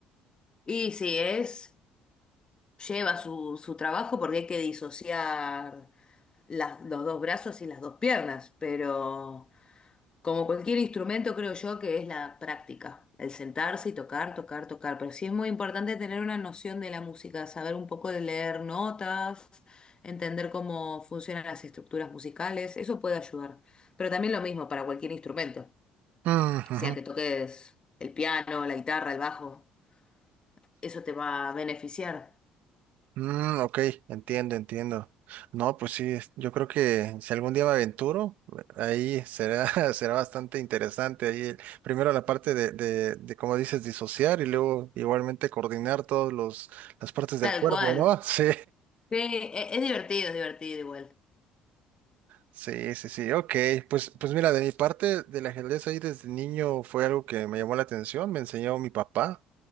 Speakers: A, on the left; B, on the right.
A: Y sí, es, lleva su, su trabajo porque hay que disociar las, los dos brazos y las dos piernas, pero... Como cualquier instrumento, creo yo que es la práctica, el sentarse y tocar, tocar, tocar. Pero sí es muy importante tener una noción de la música, saber un poco de leer notas, entender cómo funcionan las estructuras musicales, eso puede ayudar. Pero también lo mismo para cualquier instrumento,
B: Mm,
A: sea
B: ujú.
A: que toques el piano, la guitarra, el bajo, eso te va a beneficiar.
B: Mm, ok, entiendo, entiendo. No, pues sí, es- yo creo que si algún día me aventuro, ahí será, <laughs> será bastante interesante. Ahí, el- primero la parte de, de, de, como dices, disociar y luego igualmente coordinar todos los, las partes del
A: Tal
B: cuerpo,
A: cual.
B: ¿no? <laughs> Sí,
A: Sí, e- es divertido, es divertido igual.
B: sí, sí, sí. Ok, pues, pues mira, de mi parte, del ajedrez ahí desde niño fue algo que me llamó la atención, me enseñó mi papá.